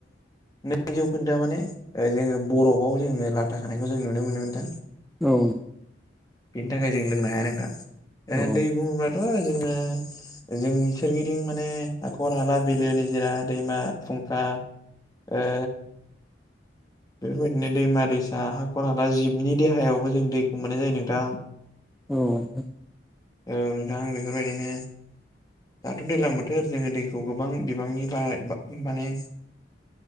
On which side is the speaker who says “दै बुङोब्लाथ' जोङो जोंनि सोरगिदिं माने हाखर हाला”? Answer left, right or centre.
Left